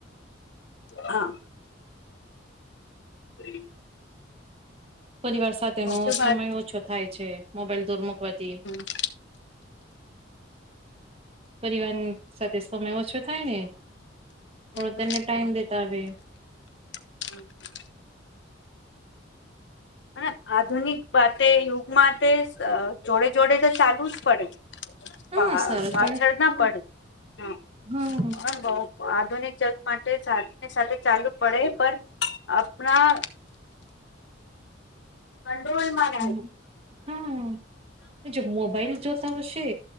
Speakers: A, on the left (about 65°); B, on the right (about 30°).
A: હા. હ.
B: પરિવાર સાથેનો
A: સાચો વાત
B: સમય ઓછો થાય છે મોબાઈલ દોર મુકવાથી.
A: હમ્મ.
B: પરિવાર સાથે સમય ઓછો થાય ને હડો
A: હમ
B: તને ટાઈમ દેતા આવે
A: હમ્મ. અને આધુનિક બાતે યુગમાં તે જોડે જોડે તો ચાલુ જ પડે.
B: હા
A: પા
B: સરસ
A: પાછળ
B: પણ
A: ના પડે હ પણ
B: હા
A: બઉ. આધુનિક જગત માટે સાથે સાથે ચાલુ પડે પણ આપણા કંોલ <unintelligible> મા
B: હમ હા જો મોબાઈલ જોતા હશે